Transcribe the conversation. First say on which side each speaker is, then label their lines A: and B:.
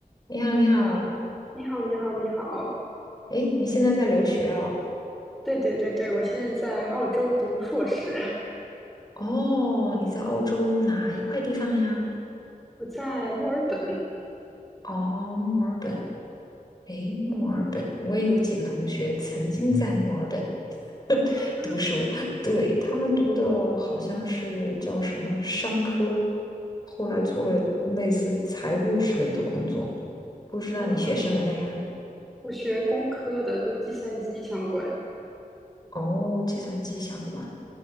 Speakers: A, on the left (about 25°); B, in the centre.
A: 你好，你好，
B: 你好，你好，你好。
A: 诶，你现在在留学哦？
B: 对对对对，我现在在澳洲读硕士，
A: 哦，你在澳洲哪一块地方呀？
B: 我在墨尔本
A: 哦，墨尔本。诶，墨尔本，我也有几个同学曾经在墨尔本 <laughs>
B: 啊。
A: 读书，<laughs> 对，他们读的好像是叫什么商科，后来做了类似财务之类的工作。不知道你学什么的呀？
B: 哦，我学工科的，就计算机相关
A: 哦，计算机相关。